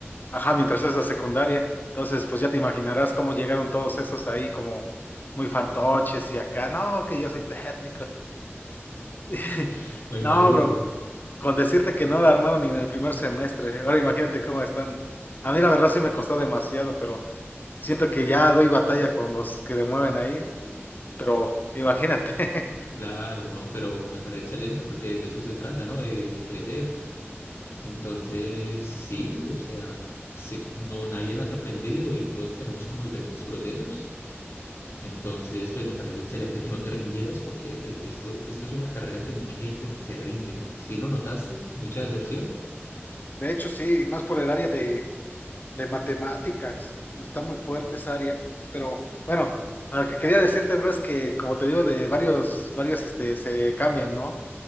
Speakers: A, on the left; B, on the left.
A: ajá, mientras es la secundaria. Entonces, pues ya te imaginarás cómo llegaron todos esos ahí como muy fantoches y acá, no, que yo soy técnico. <laughs>
B: <laughs> Me imagino.
A: No, bro, Con decirte que no la armaron ni en el primer semestre. Ahora imagínate cómo están. A mí la verdad sí me costó demasiado, pero siento que ya doy batalla con los que le mueven ahí. Pero imagínate. <laughs>
B: Claro, ¿no? Pero me parece excelente porque de eso se trata, ¿no? De, de crecer. Entonces, sí, o sea, se- no, nadie nace aprendido y todos tenemos como diferentes procesos. Entonces, pues me parece excelente que no te rindieras porque eh, esto, esto es una carrera que mucha gente se rinde. ¿Sí lo notaste? ¿Mucha deserción?
A: De hecho, sí, y más por el área de, de matemáticas. Está muy fuerte esa área. Pero bueno, a lo que quería decirte, bro, es que como te digo, de varios, varios este, se cambian, ¿no?